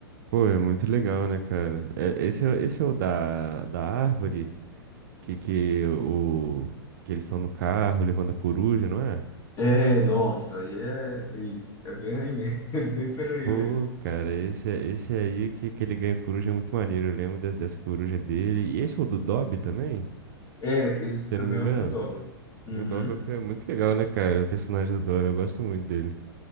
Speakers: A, on the right; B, on the left.
A: Pô, é muito legal, né, cara? É- esse, é, esse é o da, da árvore que, que, o, que eles estão no carro levando a coruja, não é?
B: É, nossa, e é, é isso. É bem aí mesmo. <laughs> É bem por aí
A: Pô,
B: mesmo.
A: cara, esse, esse aí que, que ele ganha coruja é muito maneiro. Eu lembro de- dessa coruja dele. E esse é o do Dobby também,
B: É, esse
A: se
B: também
A: eu não me
B: é
A: engano.
B: o do Dobby. Uhum.
A: O Dobby é muito legal, né, cara? O personagem do Dobby, eu gosto muito dele.